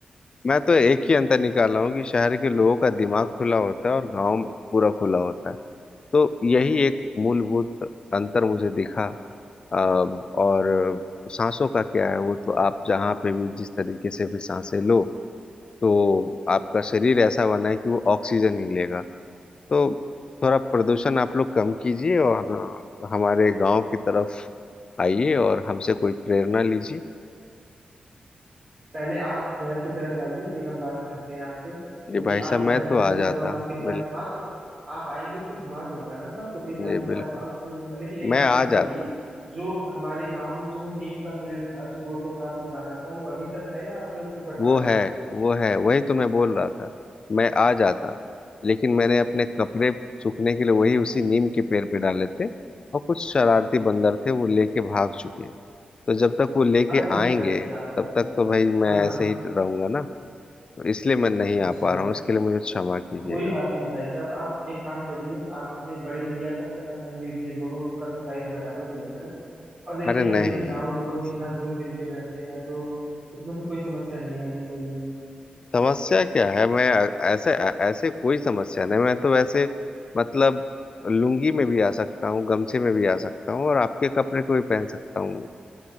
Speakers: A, on the left; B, on the right.
A: मैं तो एक ही अंतर निकाला हूँ कि शहर के लोगों का दिमाग खुला होता है और गांव पूरा खुला होता है तो यही एक मूलभूत अंतर मुझे दिखा अ, और सांसों का क्या है वो तो आप जहाँ पे भी जिस तरीके से भी सांसें लो तो आपका शरीर ऐसा बना है कि वो ऑक्सीजन ही लेगा तो थोड़ा प्रदूषण आप लोग कम कीजिए और अ, हमारे गांव की तरफ आइए और हमसे कोई प्रेरणा लीजिए
B: पहले आप शहर की तरफ आइए फिर हम बात करते हैं आपसे क्योंकि
A: जी भाई
B: आप
A: साहब
B: शहर
A: मैं
B: आएंगे
A: तो आ जाता
B: तब हम आपके साथ
A: बिल्कुल
B: हाँ तो आप आएंगे तो घुमा दूंगा ना मैं आपको फिर मैं
A: जी
B: आपके साथ
A: बिल्कुल
B: गाँव चल लूंगा लेकिन एक
A: मैं
B: बात
A: आ
B: ये बताइए
A: जाता
B: जो हमारे गाँव में जो वो नीम का पेड़ था जो 200 साल पुराना था वो अभी तक है या आपने उसको कटवा
A: वो
B: दिया
A: है
B: है
A: वो है वही तो मैं बोल रहा था मैं आ जाता लेकिन मैंने अपने कपड़े सूखने के लिए वही उसी नीम के पेड़ पे डाले थे और कुछ शरारती बंदर थे वो लेके भाग चुके हैं तो जब तक वो लेके
B: अरे
A: आएंगे
B: भाई साहब
A: तब तक तो भाई मैं
B: हाँ हाँ
A: ऐसे ही रहूंगा ना इसलिए मैं नहीं
B: अच्छा
A: आ पा रहा हूँ इसके लिए मुझे क्षमा कीजिएगा
B: तो कोई बात नहीं भाई साहब आप एक काम करिए आप अपने बड़े भैया का कपड़ा पहन लीजिए दोनों लोग का तो साइज बराबर ही है ना और देखिए
A: अरे नहीं
B: वैसे भी गांव में लोग इतना घुल मिल के रहते हैं तो उसमें तो कोई समस्या नहीं आनी चाहिए
A: समस्या क्या है मैं ऐसे ऐसे कोई समस्या नहीं मैं तो वैसे मतलब लुंगी में भी आ सकता हूँ गमछे में भी आ सकता हूँ और आपके कपड़े को भी पहन सकता हूँ